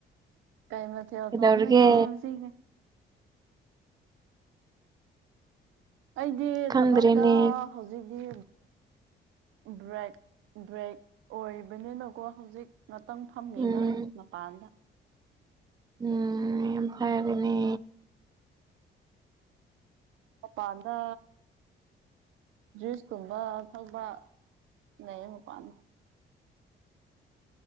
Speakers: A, on the right (about 80°); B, on the right (about 20°).
A: ꯀꯩ ꯃꯊꯦꯜ
B: ꯀꯩꯗꯧꯔꯒꯦ
A: ꯊꫭꯡꯗꫭꯏꯅꫭ ꯉꯁꯤꯗꯤ ꯑꯩꯗꯤ
B: ꯈꯪꯗ꯭ꯔꯦꯅꯦ
A: ꯊꯕꯛꯇ ꯍꯧꯖꯤꯛꯇꯤ ꯕ꯭ꯔꯦꯛ ꯕ꯭ꯔꯦꯛ ꯑꯣꯏꯔꯤꯕꯅꯤꯅꯀꯣ ꯍꯧꯖꯤꯛ ꯉꯥꯇꯪ ꯐꯝꯃꯤꯗ
B: ꯎꯝ
A: ꯃꯄꯥꯟꯗ
B: ꯎꯝ ꯐꯔꯦꯅꯦ
A: ꯑ ꯃꯄꯥꯟꯗ ꯖꯨꯏꯁꯀꯨꯝꯕ ꯊꯛꯕ ꯂꯩꯌꯦ ꯃꯄꯥꯟ